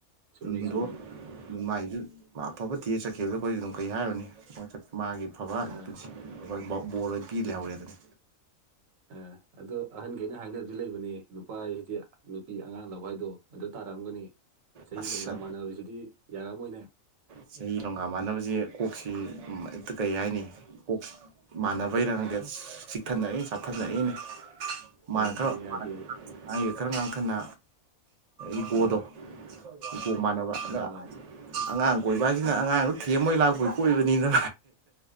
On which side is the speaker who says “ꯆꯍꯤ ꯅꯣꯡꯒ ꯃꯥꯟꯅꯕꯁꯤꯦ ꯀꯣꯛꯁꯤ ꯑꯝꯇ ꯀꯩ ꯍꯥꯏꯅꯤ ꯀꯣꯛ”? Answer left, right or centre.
Right